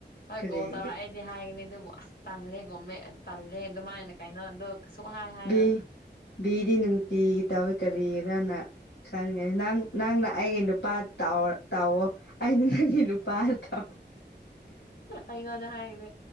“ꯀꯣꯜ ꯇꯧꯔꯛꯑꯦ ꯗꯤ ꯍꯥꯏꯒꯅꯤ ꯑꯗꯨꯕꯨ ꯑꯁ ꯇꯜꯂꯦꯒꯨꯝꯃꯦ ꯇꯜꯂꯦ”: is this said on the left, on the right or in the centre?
Left